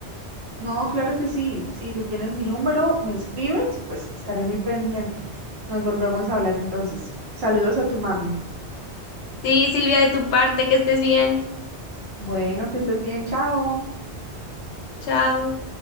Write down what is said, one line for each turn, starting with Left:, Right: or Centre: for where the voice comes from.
Right: No, claro que sí, si tú tienes mi número, me escribes y pues estaré muy pendiente. Nos volvemos a hablar entonces. Saludos a tu mami.
Left: Sí, Silvia, de tu parte, que estés bien.
Right: Bueno, que estés bien, chao.
Left: Chao.